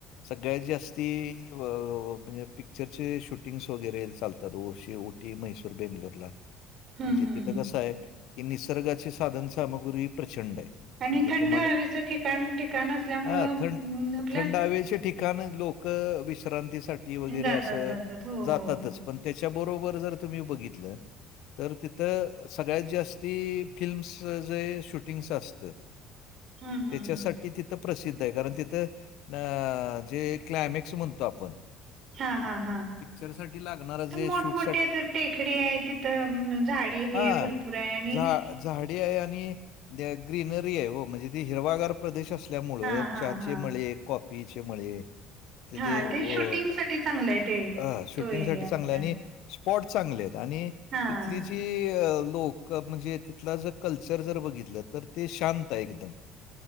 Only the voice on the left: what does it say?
सगळ्यात जास्ती म्हणजे पिक्चरचे शूटिंग्स वगैरे चालतात, ओ शेवट मैसुर बंगलोर ला.
म्हणजे
तिथं
कसं आहे की निसर्गाची साधन सामुग्री प्रचंड आहे.
म्हणजे
तुम्हाला
हां, थंड
थंड हवेचे ठिकाण लोक विश्रांतीसाठी वगैरे
अस
जातातच
पण त्याच्याबरोबर जर तुम्ही बघितलं तर ती तर सगळ्यात जास्ती फिल्मस जे शूटिंगच असतं.
त्याच्यासाठी
तिथ प्रसिद्ध आहे कारण तिथं अ जे क्लायमेक्स म्हणतो आपण.
पिक्चरसाठी लागणारं
जे
शूटसाठी
हां.
झा झाडी आहे आणि ग्रीनरी आहे ओ म्हणजे. ते हिरवागार प्रदेश असल्यामुळ
चहाचेमळे
कॉपीचे मळे. तेथ
व.
अ शूटिंग
साठी चांगल
आणि स्पॉट चांगले आहेत आणि
तिथली जी. ती लोक म्हणजे तिथला जर कल्चर बघितलं तर ते शांत आहे एकदम. <inaudible>